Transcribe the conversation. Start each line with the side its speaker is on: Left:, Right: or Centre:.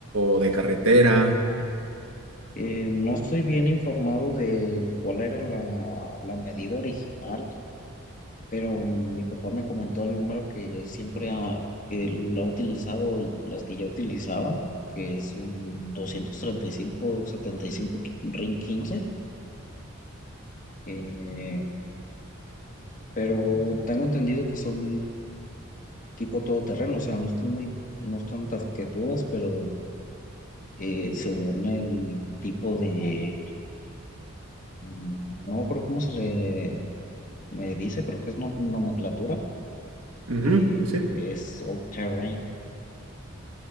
Right: o de carretera?
Left: Eh, no estoy bien informado de cuál era la la medida original pero mi papá me comentó el número que siempre ha, él ha utilizado y las que ya utilizaba, que es un 235-75 RIN 15, eh, pero tengo entendido que son tipo todoterreno, o sea, no están muy, no están taquetudas, pero eh, según el tipo de, mm, no creo cómo se le, me dice, creo que es nom- nomenclatura,
Right: Ujú,
Left: eh,
Right: sí.
Left: es all terrain